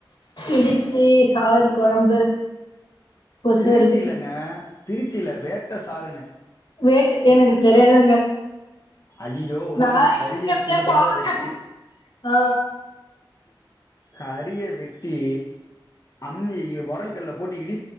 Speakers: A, on the left; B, on the left.
A: இடிச்சு சாறு கொழம்பு பொசருக்கு
B: திருச்சி இல்லங்க திருச்சி இல்ல வேட்ட சாருனு
A: வேட் எனக்கு தெரியாதுங்க
B: ஐய்யையோ ஒண்ணுலங்க
A: நா
B: கறிய
A: இருக்கறதே
B: துண்டுத்
A: டவுனு
B: துண்டா வெட்டி
A: ஆ
B: கறிய வெட்டி அம்மி ஒரல்கல்ல போட்டு இடி